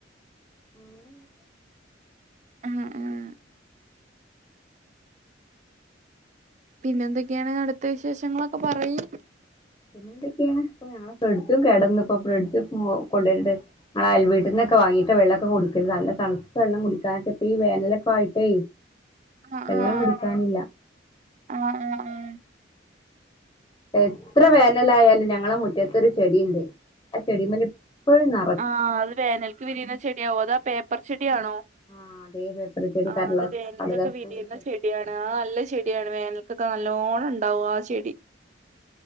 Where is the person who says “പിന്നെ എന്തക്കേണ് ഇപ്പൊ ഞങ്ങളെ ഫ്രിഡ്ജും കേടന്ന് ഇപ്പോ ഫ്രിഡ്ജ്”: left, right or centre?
Left